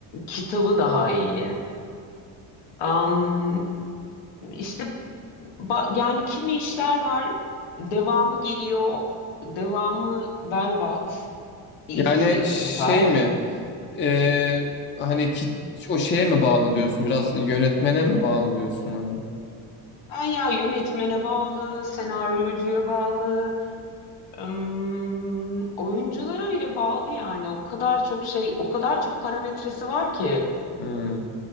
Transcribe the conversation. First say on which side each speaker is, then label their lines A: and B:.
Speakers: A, on the left (about 85°); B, on the left (about 30°).
A: kitabı daha iyi. Am, işte ba- yani kimi işler var. Devamı geliyor. Devamı berbat. ilki
B: Yani şey
A: süper.
B: mi? Ee, hani ki, o şeye mi bağlı diyorsun? Biraz yönetmene mi bağlı diyorsun hani?
A: Ha ya yönetmene bağlı, senaryocuya bağlı, ım, oyunculara bile bağlı yani. O kadar çok şey, o kadar çok parametresi var ki.
B: Hmm.